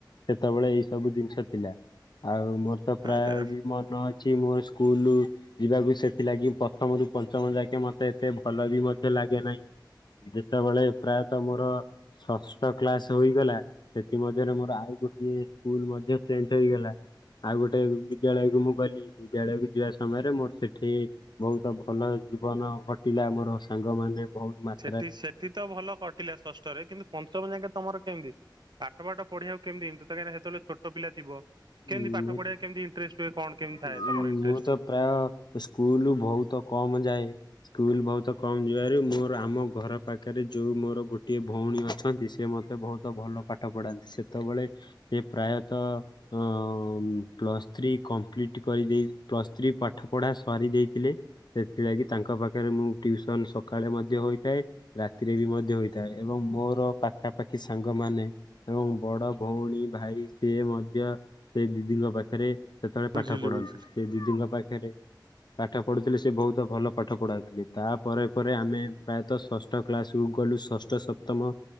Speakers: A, on the left; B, on the right.
A: ସେତେବେଳେ ଏଇ ସବୁ ଜିନିଷ ଥିଲା ଆଉ ମୋର ତ ପ୍ରାୟ
B: ଆରେ
A: ବି ମନ ଅ ଛି ମୋ ସ୍କୁଲୁ ଯିବାକୁ ସେଥିଲାଗି ପ୍ରଥମରୁୁ ପଞ୍ଚମ ଯାକେ ମତେ ଏତେ ଭଲ ବି ମଧ୍ୟ ଲାଗେ ନାହିଁ। ଯେତେବେଳେ ପ୍ରାୟତଃ ମୋର ଷଷ୍ଠ କ୍ଲାସ ହୋଇଗଲା ସେଥି ମଧ୍ୟରେ ମୋର ଆଉ ଗୋଟିଏ ସ୍କୁଲ ମଧ୍ୟ ଚେଞ୍ଜ ହେଇଗଲା। ଆଉ ଗୋଟେ ବିଦ୍ୟାଳୟକୁ ମୁଁ ଗଲି। ବିଦ୍ୟାଳୟକୁ ଯିବା ସମୟରେ ମୋର ସେଠି ବହୁତ ଭଲ ଜୀବନ କଟିଲା ମୋର। ସାଙ୍ଗମାନେ ବହୁତ ମା
B: ଟି ସେଠି ତ ଭଲ କଟିଲା ଷଷ୍ଠରେ କିନ୍ତୁ ପଞ୍ଚମ ଯାଙ୍କେ ତମର କେମିତି? ପାଠ ପାଠ ପଢ଼ିବାକୁ କେମତି ତ ତ କାହିଁକିନା ହେତେବେ ଛୋଟ ପିଲ ଥିବ? କେମିତି
A: ଉଁ
B: ପାଠ ପଢ଼ିଆ କେମତି ଇନ୍ତ୍ରେଷ୍ଟ ହୁଏ କଣ କେମିତି ଥାଏ
A: ମୁଁ
B: ତମର ଇନ୍ତ୍ରେଷ୍ଟ?
A: ତ ପ୍ରାୟ ସ୍କୁଲୁ ବହୁ ତ କମ ଯାଏ ସ୍କୁଲ ବହୁତ କମ ଯିବାରୁ ମୋର ଆମ ଘର ପାଖରେ ଯୋଉ ମୋର ଗୋଟିଏ ଭଉଣୀ ଅଛନ୍ତି ସେ ମୋତେ ବହୁତ ଭଲ ପାଠ ପଢ଼ାନ୍ତି ସେତେବେଳେ ସିଏ ପ୍ରାୟତଃ ତ ଅଁ ପ୍ଲସଥ୍ରୀ କପ୍ଲିଟ କରିଦେଇ ପ୍ଲସଥ୍ରୀ ପାଠ ପଢ଼ା ସରିି ଦେଇଥିଲେ ସେଥିଲାଗି ତାଙ୍କ ପାଖରେ ମୁଁ ଟ୍ୟୁସନ ସକାଳେ ମଧ୍ୟ ହୋଇଥାଏ। ରାତିରେ ବି ମଧ୍ୟ ହୋଇଥାଏ ଏବଂ ମୋର ପାଖାପାଖି ସାଙ୍ଗମାନେ ଏବଂ ବଡ଼ ଭଉଣୀ ଭାଇ ସିଏ ମଧ୍ୟ ସେ ଦିଦିଙ୍କ ପାଖରେ ସେତେବେଳେ ପାଠ
B: ବୁଝିଲି
A: ପଢ଼ନ୍ତି
B: ବୁଝିଲି।
A: ସେ ଦିଦିଙ୍କ ପାଖେରେ। ପାଠ ପଢ଼ୁଥିଲେ ସେ ବହୁତ ଭଲ ପାଠ ପଢ଼ାଉଥିଲେ ତାପରେ ପରେ ଆମେ ପ୍ରାୟତଃ ଷଷ୍ ଟ କ୍ଳାସକୁୁ ଗଲୁ ଷଷ୍ଠ ସପ୍ତମ